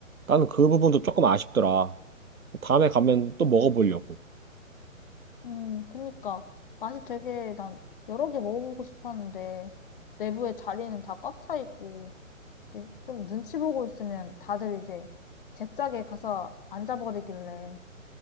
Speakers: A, on the right; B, on the left.
A: 나는 그 부분도 조금 아쉽더라. 다음에 가면 또 먹어보려고.
B: 음, 그니까 맛이 되게 난 여러 개 먹어보고 싶었는데 내부에 자리는 다 꽉 차 있고 이제 좀 눈치 보고 있으면 다들 이제 제 짝에 가서 앉아버리길래